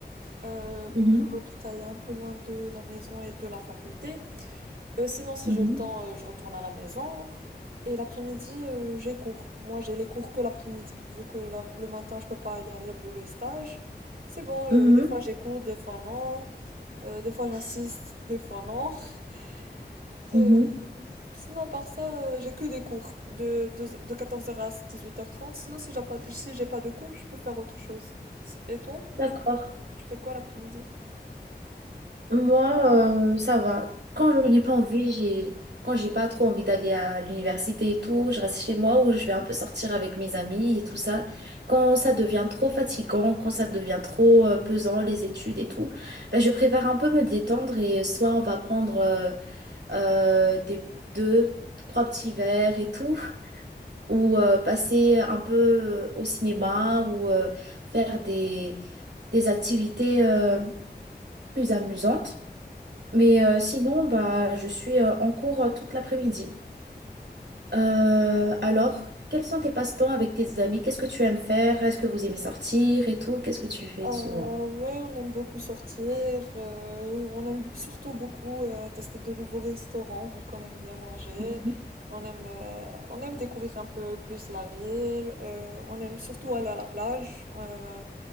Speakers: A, on the right; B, on the right.
A: Euh, vu
B: Mhm,
A: que l'hôpital est un peu loin de la maison et de la faculté. Euh, sinon, si
B: mhm,
A: j'ai le temps, euh, je retourne à la maison. Et l'après-midi, euh, j'ai cours. Moi, j'ai les cours que l'après-midi, vu que la- le matin, je peux pas y aller vu le stage. C'est bon, euh,
B: mhm,
A: des fois j'ai cours, des fois non. Euh, des fois j'insiste, des fois non. <laughs> Euh,
B: mhm.
A: sinon, par ça, euh, j'ai que des cours de, de, de 14h à 18h30. Sinon, si j'ai pas, si j'ai pas de cours, je peux faire autre chose. Si- Et toi,
B: D'accord.
A: tu, tu fais quoi l'après-midi?
B: Moi, euh, ça va. Quand je n'ai pas envie, j'ai quand j'ai pas trop envie d'aller à l'université et tout, je reste chez moi ou je vais un peu sortir avec mes amis et tout ça. Quand ça devient trop fatigant, quand ça devient trop euh, pesant, les études et tout, ben, je préfère un peu me détendre et soit on va prendre euh, euh, des deux, trois petits verres et tout, ou euh, passer un peu euh, au cinéma ou euh, faire des, des activités euh, plus amusantes. Mais euh, sinon, bah, je suis euh, en cours euh, toute l'après-midi. Euh, alors, quels sont tes passe-temps avec tes amis? Qu'est-ce que tu aimes faire? Est-ce que vous aimez sortir et tout? Qu'est-ce que tu fais
A: Euh,
B: souvent?
A: ouais, on aime beaucoup sortir, euh, on aime surtout beaucoup euh, tester de nouveaux restaurants vu qu'on aime bien manger,
B: Mhm.
A: on aime, euh, on aime découvrir un peu plus la ville, euh, on aime surtout aller à la plage, euh,